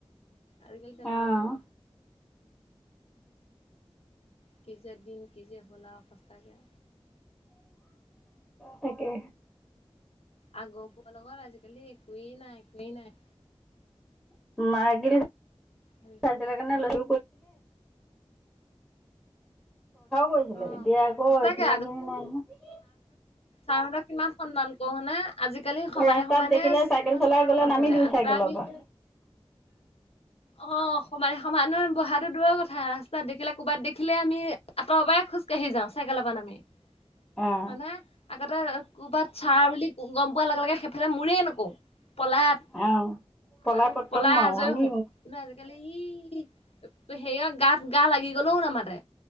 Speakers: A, on the left (about 70°); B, in the centre.
A: আজিকালি তেনেকুৱাহে।
B: অহ।
A: কি যে দিন কি যে হ'ল আৰু সঁচাকে।
B: তাকে।
A: আগৰ বোৰৰ লগত আজিকালি একোৱেই নাই, একোৱেই নাই।
B: <unintelligible> <unintelligible>
A: আজিকালি
B: শ্ৰদ্ধাও কৰিছিলে
A: অ',
B: এতিয়া আকৌ
A: সঁচাকে
B: সিমান খিনি নাই নহয়।
A: ছাৰ হতক কিমান সন্মান <unintelligible> আজিকালি সমানে
B: ৰাস্তাত
A: সমানে
B: দেখিলে চাইকেল
A: মাষ্টৰৰ
B: চলাই গ'লে
A: লগত
B: নামি
A: বহে।
B: দিওঁ
A: আগতে
B: চাইকেলৰ
A: আমি
B: পৰা <inaudible>
A: অ' সমানে সমানৰ বহাতো দূৰৰ কথা, ৰাস্তাত দেখিলে কুবাত দেখিলে আমি আঁতৰৰ পৰাই খোজ কাঢ়ি যাওঁ চাইকেলৰ পৰা নামি। হয়
B: অঁ
A: নে? আগতে ক'বাত ছাৰ‌ বুলি গম পোৱা লগে লগে সেইফালে মূৰে‌ নকও। পলাত
B: অঁ পলাই
A: আৰু
B: পতং
A: পলাই
B: মাৰোঁ
A: আজৰি
B: আমি
A: হও। আজিকালি ই হেৰিয়ত গাত গা লাগি গলেও নামাতে।